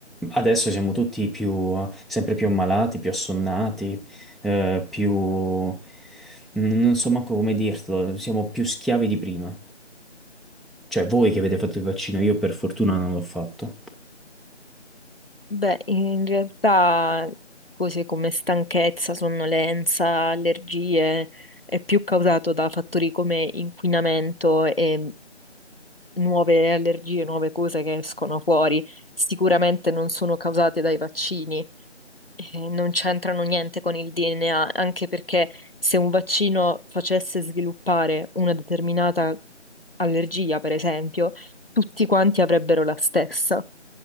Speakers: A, in the centre; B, on the left.
A: adesso siamo tutti più, sempre più ammalati, più assonnati eh, più... mm, non so manco come dirtelo, siamo più schiavi di prima. Cioè, voi che avete fatto il vaccino, io per fortuna non l'ho fatto.
B: Beh, in realtà cose come stanchezza, sonnolenza, allergie è più causato da fattori come inquinamento e nuove allergie, nuove cose che escono fuori, sicuramente non sono causate dai vaccini e non c'entrano niente con il DNA, anche perché se un vaccino facesse sviluppare una determinata allergia, per esempio, tutti quanti avrebbero la stessa.